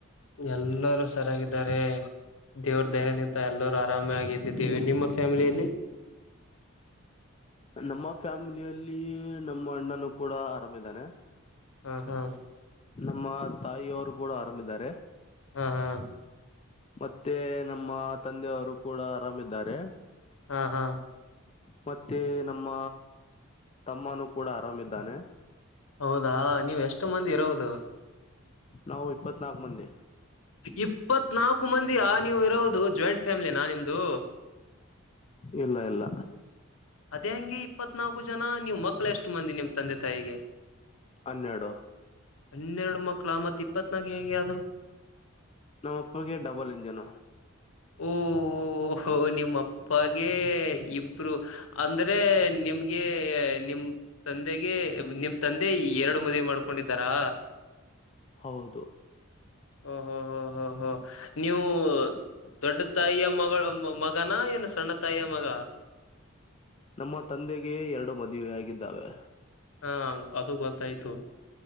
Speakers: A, on the left; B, on the left.
A: ಎಲ್ಲರೂ ಸರಿಯಾಗಿದ್ದಾರೆ ದೇವ್ರ ದೆಹ ನಿಂತ ಎಲ್ಲರೂ ಆರಾಮಾಗ್ದಿದ್ದೀವಿ ನಿಮ್ಮ ಫ್ಯಾಮಿಲಿಯಲ್ಲಿ
B: ನಮ್ಮ ಫ್ಯಾಮಿಲಿಯಲ್ಲಿ ನಮ್ಮ ಅಣ್ಣನು ಕೂಡ ಆರಾಮಿದಾನೆ
A: ಹಾ ಹಾ
B: ನಮ್ಮ ತಾಯಿಯವರು ಕೂಡ ಆರಾಮಿದ್ದಾರೆ
A: ಹಾ ಹಾ
B: ಮತ್ತೆ ನಮ್ಮ ತಂದೆಯವರು ಕೂಡ ಆರಾಮಿದ್ದಾರೆ
A: ಹಾ ಹಾ
B: ಮತ್ತೆ ನಮ್ಮ ತಮ್ಮನೂ ಕೂಡ ಆರಾಮಿದ್ದಾನೆ
A: ಹೌದಾ ನೀವು ಎಷ್ಟು ಮಂದಿ ಇರೋದು
B: ನಾವು ಇಪ್ಪತ್ನಾಾಕ ಮಂದಿ
A: ಇಪ್ಪತ್ತ್ನಾಲ್ಕು ಮಂದಿಯ ನೀವು ಇರೋದು ಜಾಯಿಂಟ್ ಫ್ಯಾಮಿಲಿ ನಾ ನಿಮ್ದು
B: ಇಲ್ಲ ಇಲ್ಲ
A: ಅದೇ ಹೆಂಗೆ ಇಪ್ಪತ್ತ್ ನಾಲ್ಕು ಜನ ನೀವು್ ಮಕ್ಕಳ ಎಷ್ಟು ಮಂದಿ ನಿಮ್ ತಂದೆ ತಾಯಿಗೆ
B: ಹನ್ನೆರಡು
A: ಹನ್ನೆರಡು ಮಕ್ಕಳ ಮತ್ತ ಇಪ್ಪತ್ ನಾಗ ಹೇಗೆ ಯಾದು
B: ನಮ್ಮ ಅಪ್ಪಿಗೆ ಡಬಲ್ ಇಂಜನ್
A: ಓಹೋ ನಿಮ್ಮಪ್ಪಾಗೆ ಇಬ್ರು ಅಂದ್ರೆ ನಿಮ್ಗೆ ನಿಮ್ ತಂದೆಗೆ ನಿಮ್ ತಂದೆ ಎರಡು ಮದುವ ಮಾಡ್ಕೊಂಡು ಕೊಂಡಿದ್ದಾರಾ
B: ಹೌದು
A: ಹಓ ಹ ಹ ಹ ಹ ನೀವು ದೊಡ್ಡ ತಾಯಿಯ ಮಗಳು ಮ ಮಗನಾ ಏನು ಸಣ್ಣ ತಾಯ ಮಗ
B: ನಮ್ಮ ತಂದೆಗೆ ಎರಡು ಮದುವೆೆಯಾಗಿದ್ದಾವೆ
A: ಹಾ ಅದು ಗೊತ್ತಾಯ್ತು